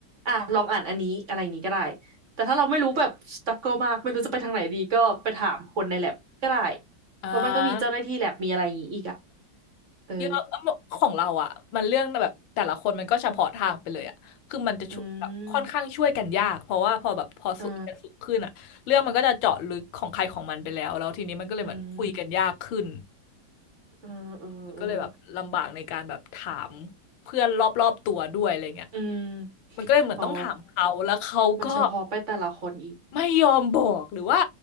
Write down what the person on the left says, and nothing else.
อ่า
เยอะของเราอ่ะมันเรื่องแบบแต่ละคนมันก็เฉพาะทางไปเลยอ่ะคือมันจะช่วยแบบค่อนข้างช่วยกันยากเพราะว่าพอแบบพอสูงกันสูงขึ้นอ่ะเรื่องมันก็จะเจาะลึกของใครของมันไปแล้วแล้วทีนี้มันก็เลยเหมือนคุยกันยากขึ้น
มันก็เลยแบบลำบากในการแบบถามเพื่อนรอบๆตัวด้วยอะไรเงี้ย
มันก็เลยเหมือนต้องถามเขาแล้วเขาก็
ไม่ยอมบอกหรือว่า